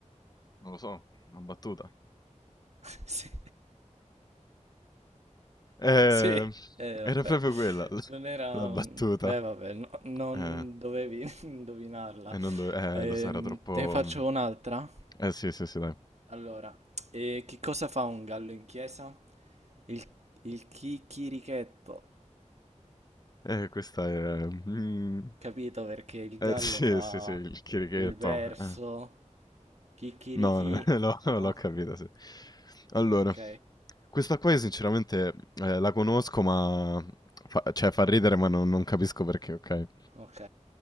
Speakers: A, on the left; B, on the right.
A: Non lo so, una battuta.
B: <laughs> Sì,
A: Ehm,
B: sì, eh,
A: era
B: vabbè,
A: proprio quella, la,
B: non era...
A: la battuta.
B: Beh, vabbè, no- non
A: Eh,
B: dovevi <laughs> indovinarla.
A: e non dove... Eh,
B: Ehm,
A: lo so, era troppo...
B: te ne faccio un'altra?
A: Eh, sì, sì, sì, dai.
B: Allora, eh, che cosa fa un gallo in chiesa? Il, il chicchirichetto,
A: Eh, questa è... mm,
B: capito? Perché il
A: Eh,
B: gallo
A: sì,
B: fa
A: sì, sì, il chierichetto.
B: il verso,
A: eh.
B: chicchirichì,
A: No, no, <laughs> l'ho
B: no?
A: l'ho capito, sì. Allora,
B: Ok,
A: questa qua io sinceramente eh, la conosco, ma... Fa, cioè, fa ridere, ma non, non capisco perché, ok?
B: ok.